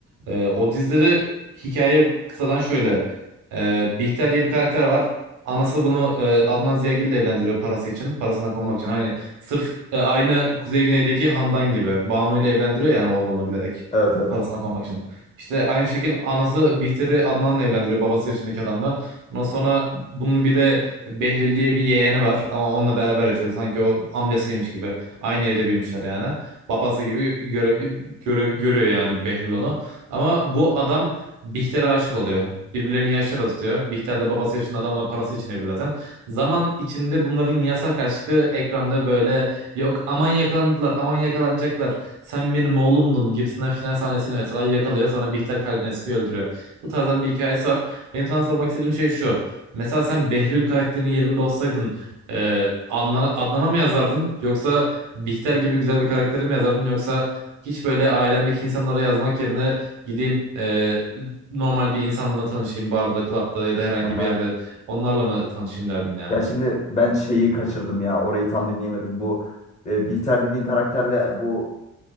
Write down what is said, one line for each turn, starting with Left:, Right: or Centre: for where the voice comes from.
Right: E, o dizileri hikaye kısadan şöyle. E, Bihter diye bir karakter var. Anası bunu e, Adnan Ziyagil ile evlendiriyor parası için. Parasına konmak için. Hani Sırf e, aynı Kuzey Güney'deki Handan gibi. Banu ile evlendiriyor yani oğlunu bilerek.
Left: Evet evet.
Right: Parasına konmak için. İşte aynı şekil anası Bihter'i Adnan'la evlendiriyor. Babası yaşındaki adamla. Ondan sonra bunun bir de Behlül diye bir yeğeni var. Ama onunla beraber yaşıyor. Sanki o amcasıymış gibi. Aynı evde büyümüşler yani. Babası gibi göre, göre, görüyor yani Behlül onu. Ama bu adam Bihter'e aşık oluyor. Birbirlerinin yaşları azıtıyor. Bihter de babası yaşında adamla parası için evli zaten. Zaman içinde bunların yasak aşkı ekranda böyle yok aman yakalandılar aman yakalanacaklar sen benim oğlumdun gibisinden final sahnesiyle mesela yakalıyor sonra Bihter kalbine sıkıyor öldürüyor. Bu tarzdan bir hikayesi var. Benim sana sormak istediğim şey şu. Mesela sen Behlül karakterinin yerinde olsaydın e, Adnan- Adnan'a mı yazardın yoksa Bihter gibi güzel bir karakteri mi yazardın yoksa hiç böyle ailemdeki insanlara yazmak yerine gideyim e, normal bir insanla tanışayım barda, klapta ya da herhangi
Left: Aha.
Right: bir yerde Onlarla mı tanışayım derdin yani?
Left: Ya şimdi ben şeyi kaçırdım ya. Orayı tam dinleyemedim. Bu e, Bihter dediğin karakterle bu